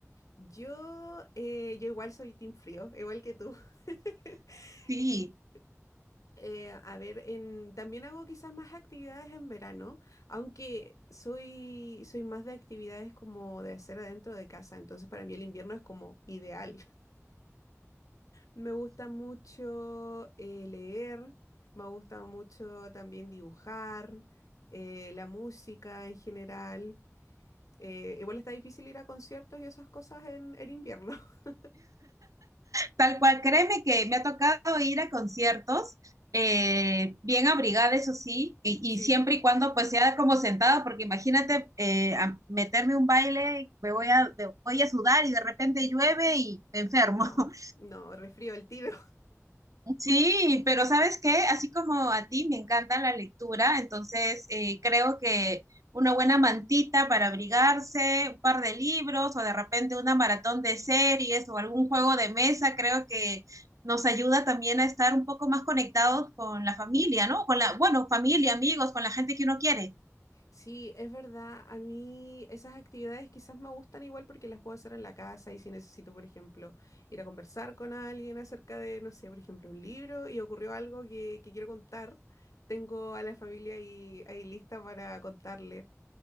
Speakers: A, on the left; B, on the right.
A: Yo, eh, yo igual soy team frío, igual que tú. <laughs>
B: Sí,
A: Y eh, a ver, en, también hago quizás más actividades en verano, aunque soy, soy más de actividades como de hacer adentro de casa, entonces para mí el invierno es como ideal. Me gusta mucho eh, leer, me gusta mucho también dibujar, eh, la música en general. Eh, igual está difícil ir a conciertos y esas cosas en, en invierno. <laughs>
B: tal cual, créeme que me ha tocado ir a conciertos eh, bien abrigada, eso sí, y, y
A: Sí,
B: siempre y cuando pues sea como sentada, porque imagínate eh, a meterme un baile, me voy a, me voy a sudar y de repente llueve y me enfermo.
A: no,
B: <laughs>
A: no, resfrío el tiro.
B: Sí, pero ¿sabes qué? Así como a ti me encanta la lectura, entonces eh, creo que una buena mantita para abrigarse, un par de libros o de repente una maratón de series o algún juego de mesa, creo que nos ayuda también a estar un poco más conectados con la familia, ¿no? Con la, bueno, familia, amigos, con la gente que uno quiere.
A: Sí, es verdad. A mí esas actividades quizás me gustan igual porque las puedo hacer en la casa y si necesito, por ejemplo, ir a conversar con alguien acerca de, no sé, por ejemplo, un libro y ocurrió algo que, que quiero contar, tengo a la familia ahí, ahí lista para contarle.